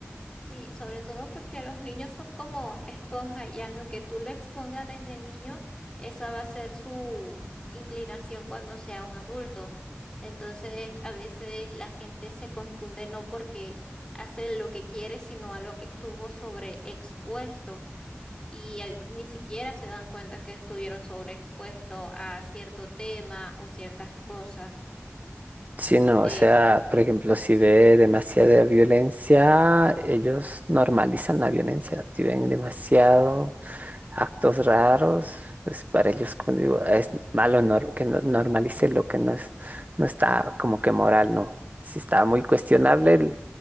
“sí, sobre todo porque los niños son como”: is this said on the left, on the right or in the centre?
Left